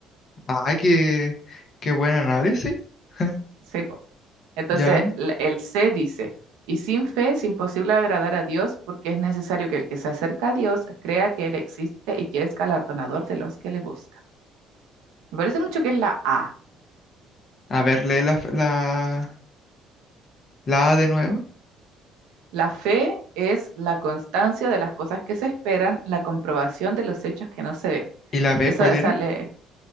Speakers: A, on the left; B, on the right.
A: ay, qué, qué buen análisis. <laughs>
B: Sí, po. Entonces,
A: Ya.
B: l- el C dice, y sin fe es imposible agradar a Dios porque es necesario que el que se acerca a Dios crea que Él existe y que es galardonador de los que le buscan. Me parece mucho que es la A.
A: A ver, lee la, f- la, la A de nuevo.
B: La fe es la constancia de las cosas que se esperan, la comprobación de los hechos que no se ven.
A: ¿Y la B
B: Eso
A: cuál era?
B: sale,